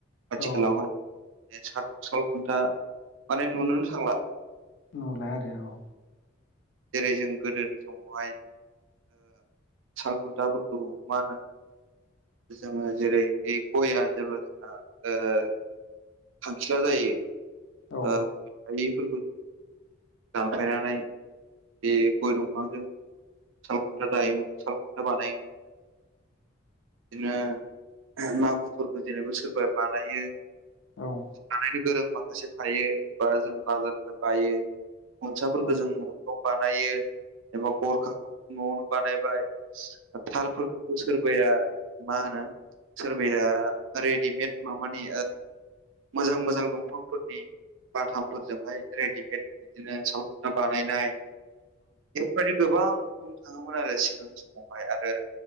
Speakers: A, on the right; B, on the left.
A: आथिखालावहाय
B: औ
A: बे साल साल खुन्था माने नुनोनो थांला
B: नुला आरो औ
A: जेरै जों गोदोनि समावहाय साल खुन्थाफोरखौ मा होनो जोंङो जेरै बे गयआ जेब्ला जोंहा खांखिला जायो
B: औ
A: गायैफोरखौ जों दानखायनानै बे गय दंफांजों साल खुन्था दायोमोन सालखुन्था बानायोमोन बिदिनो माखु'फोरखौ जेनेबा सोरबा बानायो
B: औ
A: थारैनो गोरों माखासे थायो बा जों बागानफोर बायो गनसाफोरखौ
B: औ
A: जों न'फोराव बानायो एबा गरखाखौ न'आवनो बानायबाय थारफोरखौबो सोरबाया मा होनो सोरबाया रेडिमेड माबानि मोजां मोजां दंफांफोरनि बाथामफोरजोंहाय रेडिमेद बिदिनो सावना बानायनाय बे गोबां बुंनो थांङोमोन आरो सिगांनि समावहाय आरो